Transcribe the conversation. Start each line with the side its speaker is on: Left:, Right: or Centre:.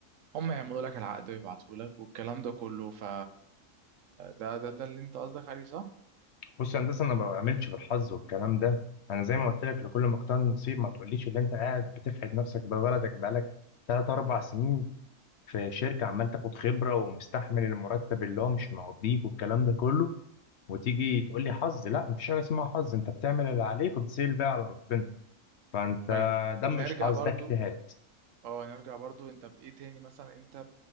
Right: هم يعملوا لك العقد ويبعتوا لك والكلام ده كله ف ده ده ده اللي انت قصدك عليه صح
Left: بص يا هندسة أنا ما بعملش بالحظ والكلام ده أنا زي ما قلت لك لكل مقتضى النصيب ما تقوليش اللي أنت قاعد بتفحت نفسك ببلدك بقالك تلات أربع سنين في شركة عمال تاخد خبرة ومستحمل المرتب اللي هو مش مقضيك والكلام ده كله وتيجي تقول لي حظ لا مفيش حاجة اسمها حظ انت بتعمل اللي عليك وبتسيب بقى على ربنا فانت
Right: طيب
Left: ده
Right: نرجع
Left: مش حظ
Right: برضو
Left: ده اجتهاد
Right: اه نرجع برضو انت بايه تاني مثلا انت